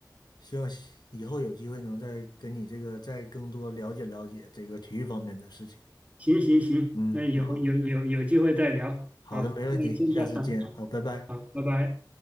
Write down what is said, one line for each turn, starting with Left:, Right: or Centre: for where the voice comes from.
Left: 希望西以后有机会能再跟你这个再更多了解了解这个体育方面的事情。
Right: 行行行，
Left: 嗯，
Right: 那以后有有有机会再聊，
Left: 那好，好的，
Right: 好，
Left: 没问题，
Right: 那先这样啊，
Left: 下次见，
Right: 好，
Left: 好，拜拜。
Right: 好，拜拜。